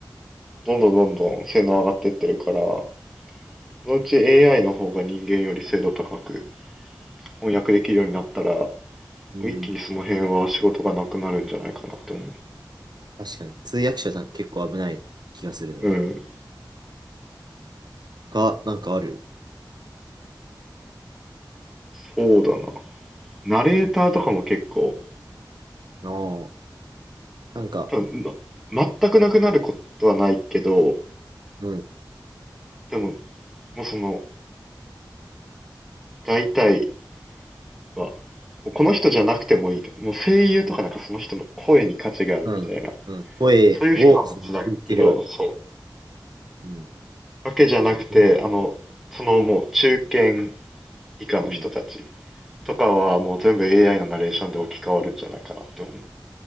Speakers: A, in the centre; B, on the right.
A: どんどんどんどん性能上がってってるから、そのうち AI の方が人間より精度高く翻訳できるようになったら、
B: うん。
A: 一気にその辺は仕事がなくなるんじゃないかなって思
B: 確かに。通訳者じゃ結構危ない気がするね。
A: う。うん、
B: が、なんかある
A: そうだな。ナレーターとかも結構、
B: のなんか、
A: 多分な全くなくなることはないけど、
B: うん、
A: でも、もうその、大体は、もうこの人じゃなくてもいいと。もう声優とかなんかその人の声に価値があるみたいな。
B: うん、うん。声を、
A: そういう人は別だけど、
B: その言ってるわ。
A: そう。
B: うん。
A: わけじゃなくて、
B: なんかそういう、
A: あの、そのもう中堅以下の人たち
B: うん。
A: とかはもう全部 AI のナレーションで置き換わるんじゃないかなって思う。